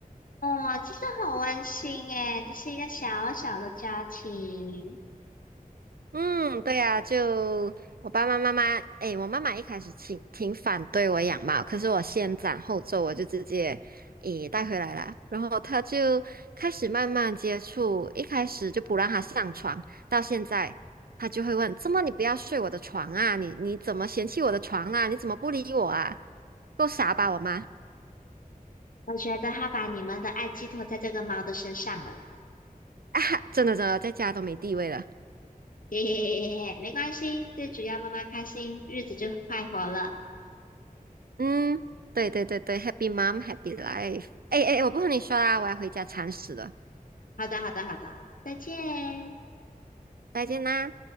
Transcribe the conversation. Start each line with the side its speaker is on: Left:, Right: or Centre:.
Left: 哦，真的很温馨诶，这是一个小小的家庭。
Right: 嗯，对呀，就我爸爸妈妈，诶，我妈妈一开始挺挺反对我养猫，可是我先斩后奏，我就直接诶带回来了。然后她就开始慢慢接触，一开始就不让她上床，到现在她就会问：“怎么你不要睡我的床啊？你你怎么嫌弃我的床啊？你怎么不理我啊？够傻吧，我妈
Left: 我觉得它把你们的爱寄托在这个猫的身上了啦
Right: <laughs> 啊！真的真的，在家都没地位了。”
Left: 嘿 <laughs> 嘿嘿嘿嘿，没关系，最主要妈妈开心，日子就快活了。
Right: 嗯，对对对对，Happy Mom Happy Life。诶诶，诶我不和你说啦，我要回家铲屎了。
Left: 好的，好的，好的，好的，再见。
Right: 再见啦。